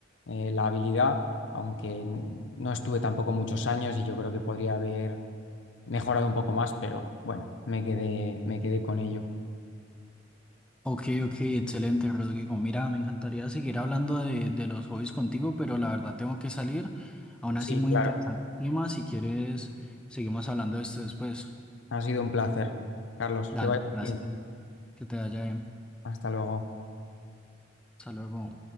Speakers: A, on the left (about 75°); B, in the centre.
A: eh, la habilidad, aunque n- no estuve tampoco muchos años y yo creo que podría haber mejorado un poco más, pero bueno, me quedé, me quedé con ello.
B: Ok, ok, excelente, Rodrigo. Mira, me encantaría seguir hablando de, de los hobbies contigo, pero la verdad tengo que salir. Aún
A: Sí,
B: así, muy
A: claro.
B: interesante el tema. Si quieres, seguimos hablando de esto después.
A: Ha sido un placer, Carlos,
B: Dale,
A: que vaya muy
B: gracias.
A: bien.
B: Que te vaya bien.
A: Hasta luego.
B: Hasta luego.